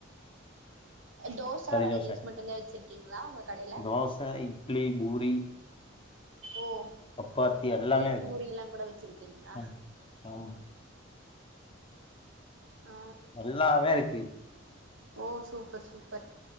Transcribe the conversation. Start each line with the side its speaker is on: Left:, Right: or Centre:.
Right: தோசா
Left: கறி
Right: வெரைட்டிஸ்
Left: தோசை
Right: மட்டும்தா வச்சிருக்கீங்களா உங்க கடையில
Left: தோசை இட்லி பூரி
Right: ஓ
Left: சப்பாத்தி
Right: இட்லி
Left: எல்லாமே இருக்கும்
Right: பூரி எல்லாம் கூட வச்சிருக்கீங்களா
Left: ம், ஆமா
Right: ஆ
Left: எல்லாமே இருக்கு
Right: ஓ சூப்பர் சூப்பர்